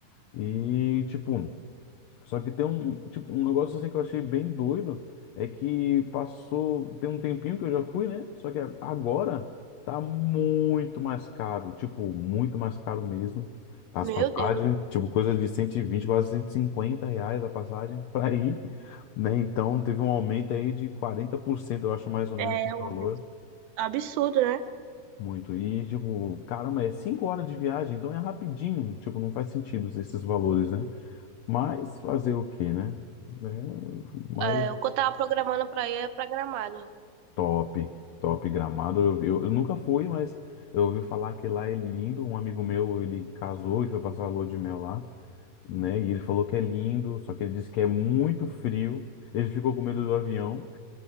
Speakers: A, on the left (about 75°); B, on the right (about 75°).
A: E, tipo, só que tem um, tipo, um negócio assim que eu achei bem doido, é que passou, tem um tempinho que eu já fui, né? Só que a- agora tá muito mais caro, tipo, muito mais caro mesmo. As
B: Meu
A: passagens,
B: Deus,
A: tipo, coisa de 120 quase 150 reais a passagem pra ir, né? Então teve um aumento aí de 40% eu acho mais ou menos
B: é
A: o
B: um
A: valor.
B: absurdo, né?
A: Muito. E, tipo, caramba, é cinco horas de viagem, então é rapidinho. Tipo, não faz sentido esses valores, né? Mas fazer o quê, né? É, mas
B: É, o que eu tava programando pra ir é pra Gramado.
A: top, top Gramado. Eu, eu, eu nunca fui, mas eu ouvi falar que lá é lindo. Um amigo meu, ele casou e foi passar a lua de mel lá, né? E ele falou que é lindo, só que ele disse que é muito frio. Ele ficou com medo do avião.